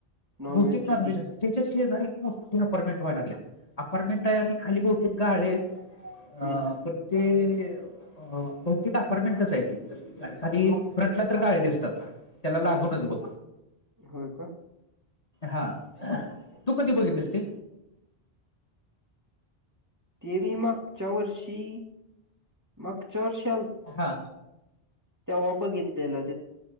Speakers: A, on the right; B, on the left.
A: नॉन
B: बहुतेक
A: व्हेज
B: नॉनव्हेज
A: साठी
B: अस त्याच्या शेजारी एक मोठी अपार्टमेंट व्हाय लागले अपार्टमेंट आहे आणि खाली बहुतेक गाळे ह
A: हम्म
B: पण ते अ बहुतेक अपार्टमेंटच आहे त खाली फ्रंटला तर गाळे दिसतात त्याला लागूनच बघ
A: होय का
B: हा तू कधी बघितलीस ते
A: ते मी मागच्या वर्षी मागच्या वर्षी आल
B: हा
A: तेव्हा बघितलेलं